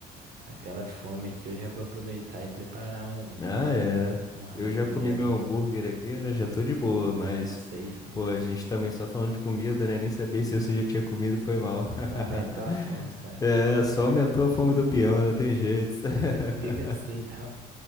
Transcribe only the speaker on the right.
aquela fome aqui. Eu já vou aproveitar e preparar um,
um ranguinho
ali.
Já tá safe, né?
Só aumentou a fome, sabe?
Mas
mas fica assim, <laughs> então.